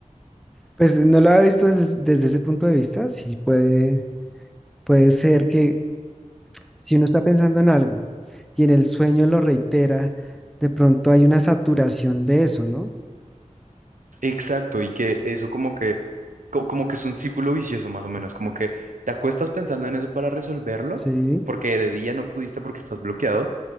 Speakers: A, in the centre; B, on the right.
A: Pues no lo había visto desde, desde ese punto de vista, sí puede, puede ser que si uno está pensando en algo y en el sueño lo reitera, de pronto hay una saturación de eso, ¿no?
B: Exacto, y que eso como que, co- como que es un círculo vicioso más o menos, como que te acuestas pensando en eso para resolverlo,
A: Sí.
B: porque de día no pudiste porque estás bloqueado,